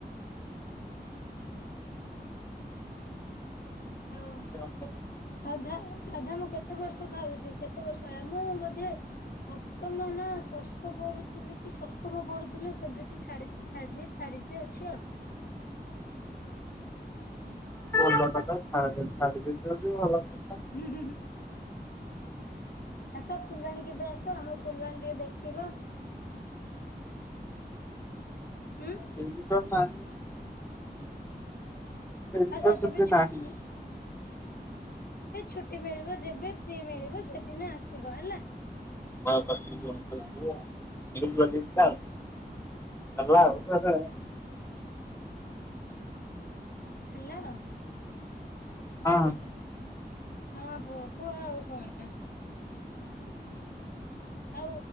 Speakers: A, on the left; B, on the left.
A: <unintelligible>
B: <unintelligible>
A: ସାଧା ସାଧା ମୁଁ କେତେ ବର୍ଷ ଖାଉଚି କେତେ ବର୍ଷ ହେଲା ମୁଁ ବୋଧେ ସପ୍ତମ ନା ଷଷ୍ଟ ପଢୁଥିଲି କି ସପ୍ତମ ପଢୁଥିଲି ସେବେଠୁ ଛାଡିଚି। ଛାଡିଚି ଯେ ଛାଡିଚି ଅଛି ଆଉ।
B: ଭଲ କଥା। ଛାଡିଦେଇଚ ଯଦି ଭଲ କଥା।
A: ହୁଁ ହୁଁ ହୁଁ। ଆସ ଫୁଲବାଣୀ କେବେ ଆସ ଆମ ଫୁଲବାଣୀ ଟିକେ ଦେଖିବ। ହୁଁ
B: <unintelligible> ଏଇଠି
A: ଆସ
B: ତ ଛୁଟି
A: କେବେ <unintelligible>
B: ନାହିଁ।
A: ଯେବେ ଛୁଟି ମିଳିବ ଯେବେ ଫ୍ରି ମିଳିବ ସେଦିନ ଆସିବ ହେଲା।
B: <unintelligible> ହେଲା ଆଉ <unintelligible>
A: ହେଲା
B: ହଁ।
A: ହଁ ପୁଅ କୁହ ଆଉ କଣ। ଆଉ